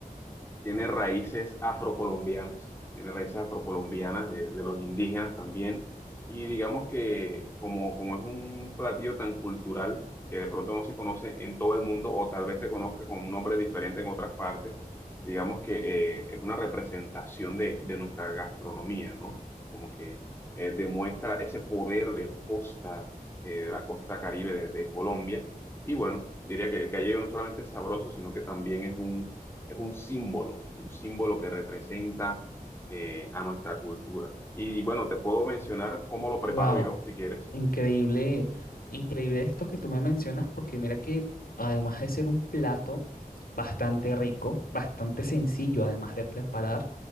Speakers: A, on the left; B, on the left.
A: tiene raíces afrocolombianas, tiene raíces afrocolombianas de, de los indígenas también, y digamos que como, como es un platillo tan cultural que de pronto no se conoce en todo el mundo o tal vez se conozca con un nombre diferente en otras partes, digamos que eh, es una representación de, de nuestra gastronomía, ¿no? Como que eh, demuestra ese poder de la costa, eh, de la costa Caribe de, de Colombia. Y bueno, diría que el callejón no solamente es sabroso, sino que también es un es un símbolo, un símbolo que representa eh, a nuestra cultura. Y bueno, te puedo mencionar cómo lo preparo
B: Wow,
A: yo, si quieres.
B: increíble, increíble esto que tú me mencionas, porque mira que además de ser un plato bastante rico, bastante sencillo además de preparar,